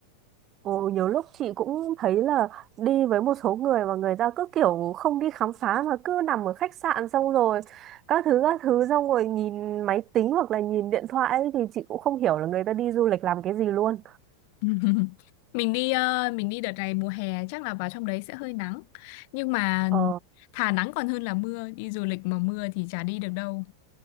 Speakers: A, on the right; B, on the left.
A: Ồ nhiều lúc chị cũng thấy là đi với một số người mà người ta cứ kiểu không đi khám phá mà cứ nằm ở khách sạn xong rồi các thứ các thứ xong rồi nhìn máy tính hoặc là nhìn điện thoại ấy, thì chị cũng không hiểu là người ta đi du lịch làm cái gì luôn.
B: <laughs> mình đi ờ, mình đi đợt này mùa hè chắc là vào trong đấy sẽ hơi nắng nhưng mà
A: Ờ
B: thà nắng còn hơn là mưa đi du lịch mà mưa thì chả đi được đâu